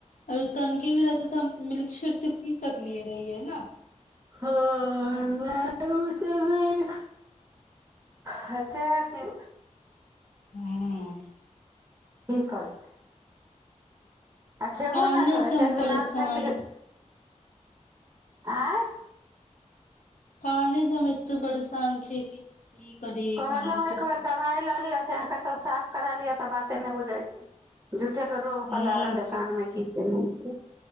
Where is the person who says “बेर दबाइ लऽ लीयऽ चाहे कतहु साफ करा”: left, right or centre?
Right